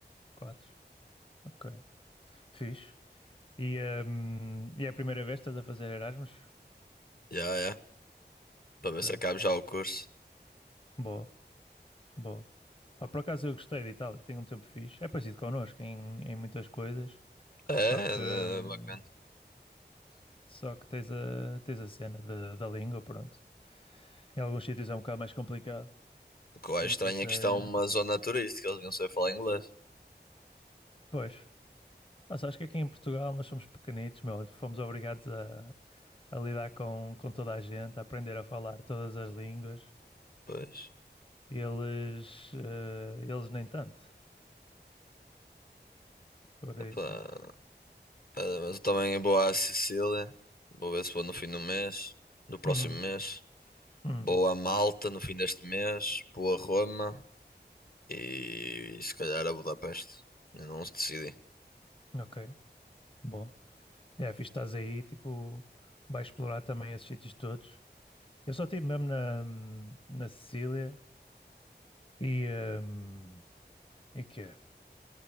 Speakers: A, on the left; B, on the left.
A: quatro, ok. Fixe. E, hum, e é a primeira vez que estás a fazer Erasmus?
B: Já, é. Para
A: Ok,
B: ver se acabo já o curso.
A: boa, boa. Pá, por acaso eu gostei de Itália, tenho um tempo fixe. É parecido connosco em, em muitas coisas,
B: É,
A: só que, hum,
B: é bacana.
A: só que tens a, tens a cena da da língua, pronto. Em alguns sítios é um bocado mais complicado,
B: O que eu acho
A: mas
B: estranho
A: até...
B: é que isto é uma zona turística, eles não sei falar inglês.
A: Pois, Mas acho que aqui em Portugal nós somos pequenitos, meu. Fomos obrigados a, a lidar com, com toda a gente, a aprender a falar todas as línguas.
B: Pois.
A: Eles, eh, eles nem tanto. Por
B: Opa.
A: isso.
B: É, mas eu também vou à Sicília. Vou ver se vou no fim do mês. Do próximo
A: Uhum,
B: mês.
A: uhum.
B: Vou a Malta no fim deste mês. Vou a Roma. E, se calhar a Budapeste. Ainda não se decidi.
A: Ok, bom. É, fixe, estás aí, tipo, vais explorar também esses sítios todos. Eu só estive mesmo na, na Sicília e. hum, e quê?